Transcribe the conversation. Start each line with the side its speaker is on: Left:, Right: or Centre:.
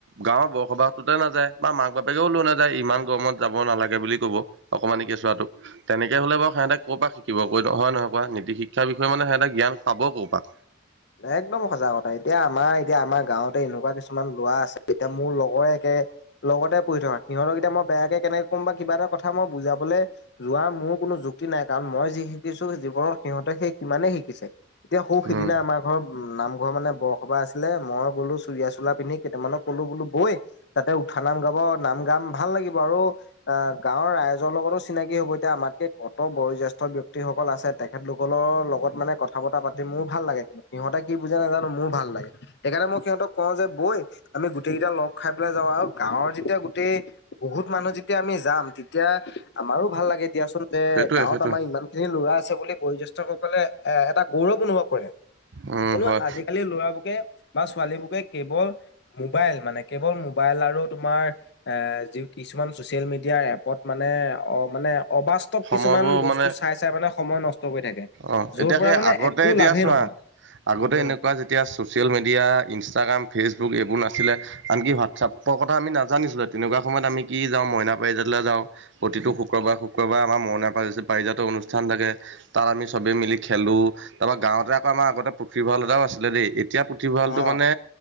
Right: গাঁৱৰ বৰসবাহটোতে নযায় বা মাক বাপেকেও লৈ নাযায়, ইমান গৰমত যাব নালাগে বুলি কব। অকমানি কেচোৱাটো। তেনেকৈ হ'লে বাৰু সিহঁতে ক'ৰপৰা শিকিব, ক হয় নহয় কোৱা? নীতি শিক্ষাৰ বিষয়ে মানে সিহঁতে জ্ঞান পাব ক'ৰ পৰা?
Left: একদম সঁচা কথা, এতিয়া আমাৰ এতিয়া আমাৰ গাঁৱতে এনেকুৱা কিছুমান লৰা আছে, এতিয়া মোৰ লগৰেই একে লগতে পঢ়ি থকা, সিহঁতক এতিয়া মই বেয়াকে কেনেকে ক'ম বা কিবা এটা কথা মই বুজাবলে যোৱা মোৰ কোনো যুক্তি নাই, কাৰণ মই যি শিকিছো জীৱনত সিহঁতে সেই সিমানেই শিকিছে। এতিয়া সৌ সিদিনা
Right: উম
Left: আমাৰ ঘৰ নামঘৰ মানে বৰসবাহ আছিলে, মই গ'লো চুৰিয়া চোলা পিন্ধি কেইটামানক ক'লো বোলো বৈ। তাতে উঠা নাম গাব নাম গাম ভাল লাগিব আৰু। আহ, গাঁৱৰ ৰাইজৰ লগতো চিনাকি হব। এতিয়া আমাতকে কত বয়োজেষ্ঠ ব্যক্তিসকল আছে তে তেখেত লোককলৰ লগত মানে কথা বতৰা পাতি মোৰ ভাল লাগে কিন্তু। সিহঁতে কি বুজে নাজানো মোৰ ভাল লাগে। সেইকাৰণে মই সিহঁতক কওঁ যে বৈ। আমি গোটেই কেইটা লগ খাই পেলাই যাওঁ আৰু গাঁৱৰ যেতিয়া গোটেই বহুত মানুহ যেতিয়া আমি যাম। তেতিয়া আমাৰো ভাল লাগে দিয়াচোন যে
Right: সেইটোৱে
Left: গাঁৱত
Right: সেইটোৱে
Left: আমাৰ ইমান ল'ৰা আছে বুলি বয়োজ্যেষ্ঠ সকলে এ এটা গৌৰৱ অনুভৱ কৰে।
Right: উম
Left: এনেও
Right: হয়
Left: আজিকালি লৰাবোকে বা ছোৱালীবোকে কেৱল মোবাইল মানে কেৱল মোবাইল আৰু তোমাৰ এ যি কিছুমান ছচিয়েল মিডিয়াৰ এপত মানে অ মানে অবাস
Right: সময়বোৰ
Left: কিছুমান বস্তু
Right: মানে
Left: চাই, চাই মানে সময় নষ্ট কৰি থাকে,
Right: অ
Left: যৰ
Right: এতিয়া
Left: পৰা
Right: সেই
Left: মানে
Right: আগতে
Left: একো
Right: এতিয়া
Left: লাভেই
Right: চোৱা
Left: নহয়।
Right: আগতে
Left: উম।
Right: এনেকুৱা যেতিয়া ছ'চিয়েল মিডিয়া ইনষ্টাগ্ৰাম ফেচবুক এইবোৰ নাছিলে। আনকি হোৱাটছআপৰ কথা আমি নাজানিছিলোই, তেনেকুৱা সময়ত আমি কি যাওঁ মইনা পাৰিজাতলৈ যাওঁ। প্ৰতিটো শুক্ৰবাৰ, শুক্ৰবাৰে আমাৰ মইনা পাৰিজাতৰ অনুষ্ঠান থাকে। তাত আমি চবে মিলি খেলো, তাৰপৰা গাঁৱতে আকৌ আমাৰ আগতে পুথিভঁৰাল এটাও আছিলে দেই। এতিয়া পুথিভঁৰালটো
Left: অ
Right: মানে